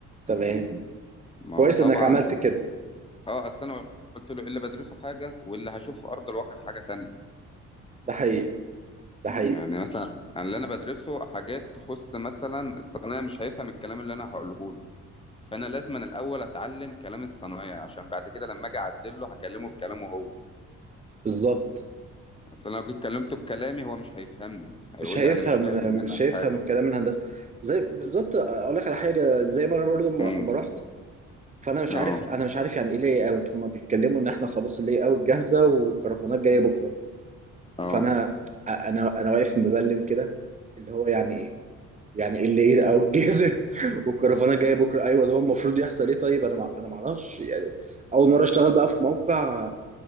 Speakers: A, on the right; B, on the left.
A: تمام
B: ما
A: كويس
B: هو طبعا
A: إنك عملت كده
B: أه أصل أنا قلت له إيه اللي بدرسه حاجة واللي هشوفه في أرض الواقع حاجة تانية
A: ده حقيقي ده حقيقي
B: يعني مثلا أنا اللي أنا بدرسه حاجات تخص مثلا الصنايعي مش هيفهم الكلام اللي أنا هقوله له فانا لازم أنا الاول اتعلم كلام الصنايعي عشان بعد كده لما اجي اعدله هكلمه بكلامه هو
A: بالظبط
B: اصل أنا لو جيت كلمته بكلامي هو مش هيفهمني هيقول
A: مش هيفهم
B: لي انا مش فاهم منك
A: مش هيفهم
B: حاجه
A: كلام الهندسة زي بالظبط أقول لك على حاجة زي ما أنا برضو م-
B: امم
A: أما رحت فأنا مش
B: اه
A: عارف أنا مش عارف يعني إيه لاي أوت هما بيتكلموا إن إحنا خلاص اللاي أوت جاهزة والكرفانات جاية بكرة
B: اه
A: فانا انا انا واقف مبلم كده اللي هو يعني ايه يعني ايه اللي ايه او الجزم <laughs> والكرفانه جايه بكره ايوه اللي هو المفروض يحصل ايه طيب انا ما انا ما اعرفش يعني اول مره اشتغل بقى في موقع